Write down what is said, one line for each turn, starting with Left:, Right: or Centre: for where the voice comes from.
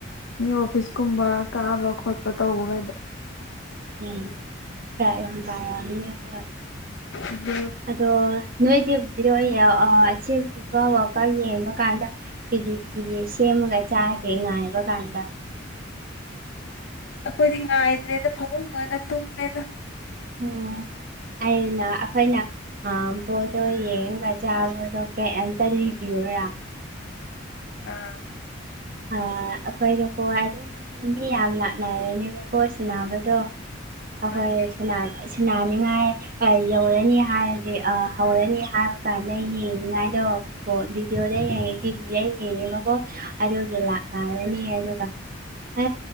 Left: ꯃꯤ ꯑꯣꯐꯤꯁ ꯀꯨꯝꯕ ꯀꯥꯕ ꯈꯣꯠꯄ ꯇꯧꯕꯒꯩꯗꯣ
Right: ꯎꯝ ꯆꯥꯛ ꯌꯥꯝ ꯇꯥꯔꯝꯅꯤ ꯍꯣꯏ
Left: ꯑꯗꯨ
Right: ꯑꯗꯣ ꯅꯣꯏꯗꯤ ꯕꯤꯗꯣꯌꯣ ꯑꯥ ꯑꯁꯤ ꯐꯤꯐꯥ ꯋꯥꯜ ꯀꯞ ꯋꯥꯕ ꯌꯦꯡꯕ ꯀꯥꯟꯗ ꯀꯦꯖꯤ ꯀꯨꯖꯤ ꯁꯦꯝꯃꯒ ꯆꯥꯒꯦ ꯉꯥꯏꯕ ꯀꯥꯟꯗ
Left: ꯑꯩꯈꯣꯏꯗꯤ ꯉꯥꯏꯗ꯭ꯔꯦꯗ ꯐꯕꯨꯡꯗ ꯑꯣꯏꯅ ꯇꯨꯝꯃꯦꯗ
Right: ꯑꯣ ꯑꯩꯅ ꯑꯩꯈꯣꯏꯅ ꯑꯥ ꯕꯣꯜꯗꯣ ꯌꯦꯡꯉꯒ ꯆꯥꯕꯗꯣ ꯀꯩꯑꯝꯇ ꯂꯤꯕꯤꯌꯨꯔꯥ
Left: ꯑꯥ
Right: ꯑ ꯑꯩꯈꯣꯏꯗꯀꯣ ꯑꯗꯨꯝ ꯃꯤ ꯌꯥꯝ ꯂꯥꯛꯅꯔꯦꯅꯦꯕꯀꯣ ꯁꯥꯟꯅꯕꯗꯣ ꯑꯍꯣꯏ
Left: ꯑꯥ ꯌꯦꯡꯉꯣ
Right: ꯁꯅꯥ ꯑꯁꯅꯥꯅꯤꯡꯉꯥꯏ ꯑꯥ ꯌꯧꯔꯅꯤ ꯍꯥꯏꯔꯗꯤ ꯍꯧꯔꯅꯤ ꯍꯥꯏꯕ ꯀꯥꯟꯗ ꯌꯦꯡꯅꯤꯡꯉꯥꯏꯗꯣ ꯕꯣ ꯚꯤꯗꯤꯑꯣꯗ ꯌꯦꯡꯉꯦ ꯇꯤꯚꯤꯗ ꯌꯦꯡꯉꯦꯕꯀꯣ ꯑꯗꯨꯒ ꯂꯥꯛꯅꯔꯅꯤ ꯑꯗꯨꯒ ꯍꯦ